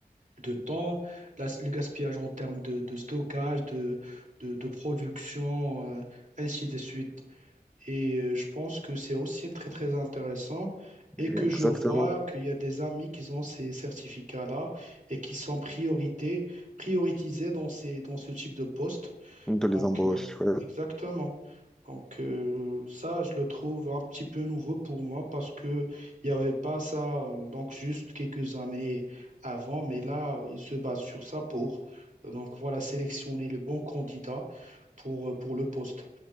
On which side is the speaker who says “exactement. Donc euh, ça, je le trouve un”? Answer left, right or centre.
Right